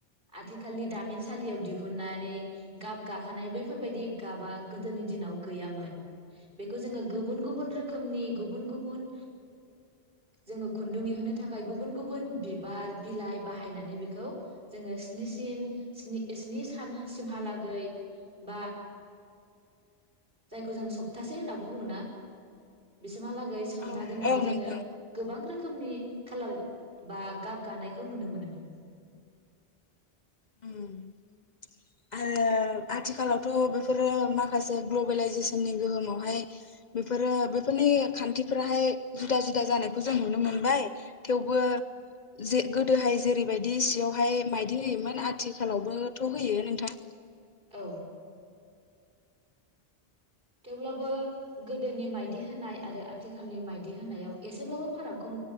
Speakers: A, on the right; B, on the left.
A: आथिखालनि दामिनसालियाव दिहुननानै गाब गाखानाय बैफोरबायदि गाबा गोदोनि दिनाव गैयामोन बेखौ जोङो गुबुन गुबुन रोखोमनि गुबुन गुबुन जोङो खुन्दुं दिहोनो थाखाय गुबुन गुबुन बिबार बिलाइ बाहायनानै बेखौ जोङो स्निसिन स्नि सानसिमहालागै बा जायखौ जों सप्तासे होननानै बुङो ना! सिमहालागै सोमना
B: औ
A: दोननानै
B: औ नोंथां
A: जोङो गोबां रोखोमनि खालार बा गाब गानायखौ नुनो मोनोमोन।
B: उम आरो आथिखालावथ' बेफोरो माखासे ग्लबेलाइजेसननि गोहोमावहाय बेफोरो बेफोरनि खान्थिफ्राहाय जुदा जुदा जानायखौ जों नुनो मोनबाय थेवबो जे गोदोहाय जेरैबायदि सियावहाय माइदि होयोमोन आरो आथिखालावबोथ' होयो नोंथां।
A: औ थेवब्लाबो गोदोनि माइदि होनाय आरो आथिखालनि माइदि होनायाव एसेब्लाबो फारागखौ